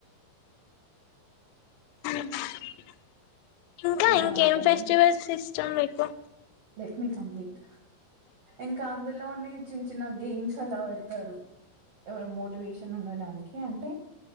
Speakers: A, on the left (about 85°); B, on the right (about 80°).
A: <unintelligible> ఇంకా
B: అలా
A: ఇంకేం
B: ఉంటది
A: ఫెస్టివల్స్ ఇష్టం మికు
B: లెట్ మీ కంప్లీట్ ఇంకా అందులోని చిన్న చిన్న గేమ్స్ అలా పెడతారు యవారు మోట్వ్షాన్ వుండా డానికీ యవారు